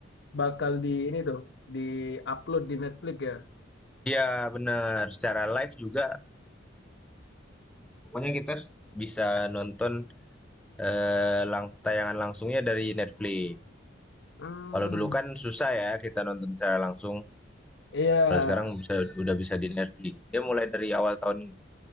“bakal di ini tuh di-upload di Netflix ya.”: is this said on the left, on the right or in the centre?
Left